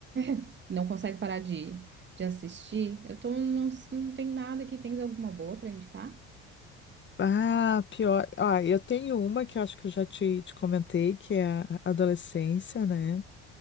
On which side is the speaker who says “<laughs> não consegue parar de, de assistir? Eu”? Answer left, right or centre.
Right